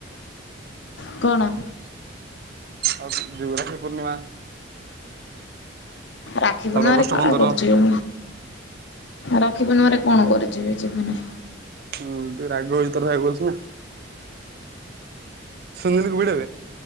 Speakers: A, on the left; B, on the right.
A: <inaudible> କଣ?
B: ଆଉ <inaudible> ରାକ୍ଷୀ ପୂର୍ଣ୍ଣିମା।
A: ରାକ୍ଷୀ
B: ତାପରେ
A: ପୂର୍ଣ୍ଣମାରେ
B: ଅଗଷ୍ଟ
A: କଣ
B: ପନ୍ଦର
A: କରୁଚୁ? ରାକ୍ଷୀପୂର୍ଣ୍ଣିମାରେ କଣ କରୁଚି କି ଯିବିନି?
B: ହୁଁ ତୁ ରାଗ ଭିତର ଭାଇ କରୁଛୁ ନା। ସୁନୀଲ ବଡ <inaudible>